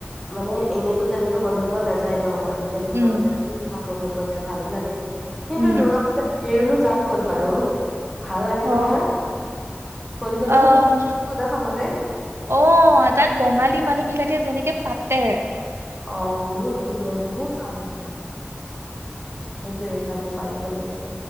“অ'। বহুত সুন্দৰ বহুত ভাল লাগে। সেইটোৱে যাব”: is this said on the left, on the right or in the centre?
Centre